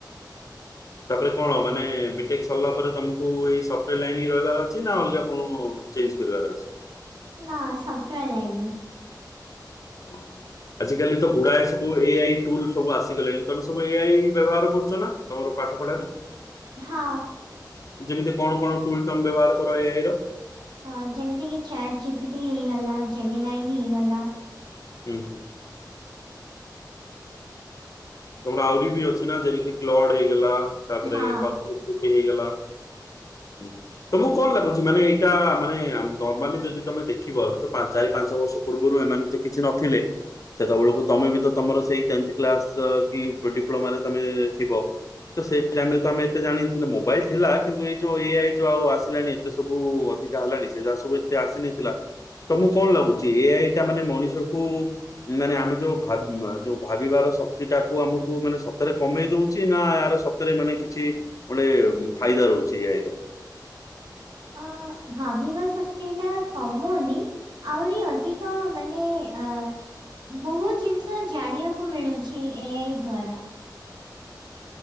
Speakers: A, on the left; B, on the right.
A: ତାପରେ କଣ ମାନେ ବି ଟେକ୍ ସରିଲା ପରେ ତମକୁ ଏଇ ସଫ୍ଟୱେର୍ ଲାଇନ୍ ରହିବାର ଅଛି ନା ଅଲଗା କଣ ଚେଞ୍ଜ୍ କରିବାର ଅଛି?
B: ନା ସଫ୍ଟୱେର୍ ଲାଇନ୍ ରେ।
A: ଅହଃ! ଆଜିିକାଲି ତ ଗୁଡାଏ ସବୁ ଏ ଆଇ ଟୁଲ ସବୁ ଆସିଗଲାଣି, ତମେ ସବୁ ଏ ଆଇ ବ୍ୟବହାର କରୁଛ ନା ତମର ପାଠ ପଢାରେ?
B: ହଁ।
A: ଯେମିତି କଣ କଣ ଟୁଲ୍ ତୁମେ ବ୍ୟବହାର କର ଏ ଆଇ ର?
B: ହଁ ଯେମିତି କି ଚ୍ୟାଟ୍ ‌ଜିପିଟି ହେଇଗଲା, ଜେମି ନାଇନ୍‌ ହେଇଗଲା।
A: ହୁଁ ହୁଁ। ତମର ଆହୁରି ବି ଅଛି ନା ଯେମିତି କ୍ଲଡ୍ ହେଇଗଲା ତାପରେ
B: ହଁ
A: <unintelligible> ହେଇଗଲା। ହୁଁ ତମକୁ କଣ ଲାଗୁଚି ମାନେ ଏଇଟା ମାନେ ଆମ-ନର୍ମାଲି ଯଦି ତମେ ଦେଖିବ ତ ପାନ୍-ଚାରି ପାଞ୍ଚ ବର୍ଷ ପୂର୍ବରୁ ଏମାନେ ତ କିଛି ନଥିଲେ ସେତେବେଳକୁ ତମେ ବି ତମର ସେଇ ଟେନ୍ଥ୍ କ୍ଲାସ୍ ତ କି ଡିପ୍ଲୋମାରେ ତମେ ଥିବ। ତ ସେଇ ଟାଇମରେ ତ ଆମେ ଏତେ ଜାଣିନଥିଲେ ମୋବାଇଲ ଥିଲା କିନ୍ତୁ ଏଇ ଯୋଉ ଏ ଆଇ ଯୋଉ ଆସିଲାଣି ଏତେ ସବୁ ଅଧିକା ହେଲାଣି ସେ ଯାହା ସବୁ ଏତେ ଆସିନେଥିଲା ତମୁକୁ କଣ ଲାଗୁଚି ଏ ଆଇଟା ମାନେ ମଣିଷକୁ ମାନେ ଆମେ ଯୋଉ ଭା-ଉମ-ଯୋଉ ଭାବିବାର ଶକ୍ କ୍ତିଟାକୁ ଆମକୁ ମାନେ ସତରେ କମେଇ ଦୋଉଚି ନା ଏହାର ସତରେ ମାନେ କିଛି ଗୋଟେ ଫାଇଦା ର ହୁଚି ଏ ଆଇର।
B: ଅ ଭାବିବା ଶକ୍ତିଟା କମୁନି ଆହୁରି ଅଧିକ ମାନେ ଅ ବୋହୁତ ଜିନିଷ ଜାଣିବାକୁ ମିଳୁଛି ଏ ଆଇ ଦ୍ଵାରା।